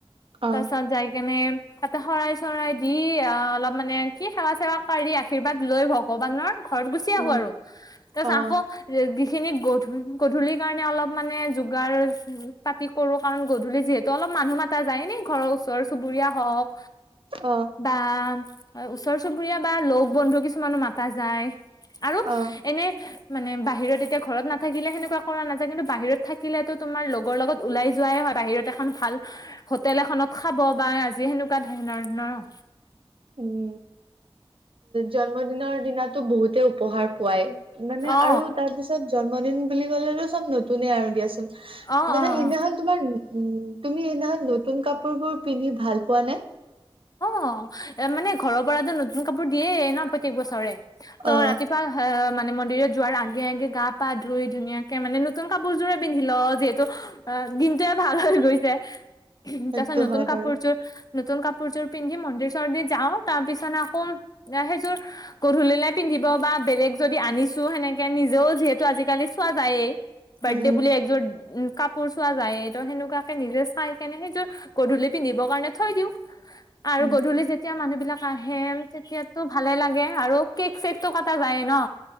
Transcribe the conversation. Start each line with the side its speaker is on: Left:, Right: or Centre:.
Right: অ
Left: তাৰ পিছত যাই কেনে তাতে শৰাই-চৰাই দি অ' অলপ মানে কি, সেৱা-চেৱা কৰি আশীৰ্বাদ লৈ ভগৱানৰ ঘৰত গুচি
Right: উম
Left: আহোঁ আৰু। তাৰপাছত
Right: অ
Left: আকৌ খিনি গধূল- গধূলিৰ কাৰণে অলপ মানে যোগাৰ পাতি কৰোঁ, কাৰণ গধূলি যিহেতু অলপ মানুহ মাতা যায়। এনে ঘৰৰ ওচৰ-চুবুৰীয়া হওঁক,
Right: অ
Left: বা ওচৰ-চুবুৰীয়া বা লগ-বন্ধু কিছুমানো মাতা যায়। আৰু
Right: অ
Left: এনে মানে বাহিৰত এতিয়া ঘৰত নাথাকিলে সেনেকুৱা কৰা নাযায়। কিন্তু বাহিৰত থাকিলেতো তোমাৰ লগৰ লগত ওলাই যোৱাই হয়। বাহিৰত এখন ভাল হোটেল এখনত খাব বা আজি সেনেকুৱা ধৰণৰ ন'।
Right: উম। জন্মদিনৰ দিনাটো বহুত তো উপহাৰ পোৱাএ। মানে
Left: অ
Right: আৰু তাৰ পিছত জন্মদিন বুলি ক'লেতো চব নতুনে আৰু দিয়াচোন।
Left: অ
Right: মানে
Left: অ
Right: সেইদিনাখন
Left: অ
Right: তোমাৰ উম তুমি সেইদিনাখন নতুন কাপোৰবোৰ পিন্ধি ভাল পোৱা নে?
Left: অ'। এ মানে ঘৰৰ পৰাটো নতুন কাপোৰ দিয়েই ন', প্ৰত্যেক বছৰে। তো
Right: অ
Left: ৰাতিপুৱা হা- মানে মন্দিৰত যোৱাৰ আগে-আগে গা-পা ধুই, ধুনীয়াকে মানে নতুন কাপোৰযোৰে পিন্ধি লওঁ, যিহেতু অ' দিনটোয়ে ভাল হৈ গৈছে।
Right: সেইটো
Left: তাৰপাছত নতুন
Right: হয়
Left: কাপোৰযোৰ
Right: বাৰু
Left: নতুন কাপ কাপোৰযোৰ পিন্ধি মন্দিৰ-চণ্ডিৰ যাওঁ। তাৰ পিছত আকৌ সেইযোৰ গধূলিলে পিন্ধিব বা বেলেগ যদি আনিছোঁ, সেনেকে নিজেও যিহেতু আজিকালি চোৱা যায়েই। বাৰ্ডে
Right: উম
Left: বুলি একযোৰ উ কাপোৰ চোৱা যায়ে, তো সেনেকুৱাকে নিজে চাইকেনে সেইযোৰ গধূলি পিন্ধিবৰ কাৰণে থৈ দিওঁ। আৰু
Right: উম
Left: গধূলি যেতিয়া মানুহবিলাক আহে, তেতিয়াটো ভালে লাগে আৰু কেক-চেকটো কটা যায়েই ন'।